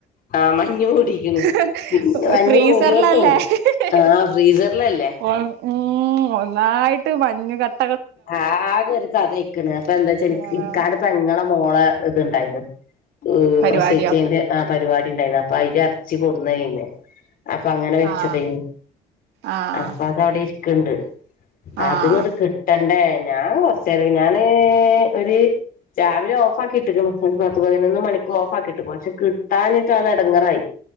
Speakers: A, on the left (about 60°); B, on the right (about 80°).
A: ആഹ് മഞ്ഞ് മൂടിക്ക്ണ്.
B: <unintelligible>
A: പിന്നെ മഞ്ഞ്
B: ഫ്രീസറിലല്ലേ
A: മൂടിയോട്ത്തുണ്ട്
B: <unintelligible>
A: ആഹ് ഫ്രീസറിലല്ലേ
B: ഉം ഒന്നായിട്ട് മഞ്ഞ് കട്
A: ആകെ ഒരു തദൈ ക്ക്ണ് അപ്പൊന്താച്ചാല്
B: ആഹ്
A: ഇക്കാടെ പെങ്ങളെ മോളെ ഇത്ണ്ടാര്ന്ന് <unintelligible>
B: പരിപാടിയോ
A: പ്രസെയിച്ചേന്റെ ആഹ് പരിപാടിണ്ടായിന് അപ്പൊ അയിന്റെ അറച്ചി കൊടുന്നെന്ന് അപ്പൊ അങ്ങനെ വെച്ചതെയ്ന്
B: ആഹ് ആഹ്
A: അഹ് അപ്പൊ അത്‌വടെ ഇരിക്ണ്ട്
B: ആഹ്
A: അത്ങ്ങ്ട്ട് കിട്ടണ്ടേ ഞാ കൊറെച്ചേ <unintelligible> ഞാന് ഒരു ചവിലെ ഓഫാക്കിട്ട്ക്ക്ണ് ഉം പത്ത് പതിനൊന്ന് മണിക്ക് ഓഫാകിട്ട്ക്കും ക്ഷെ കിട്ടാനിട്ടാണ് എടങ്ങറായി.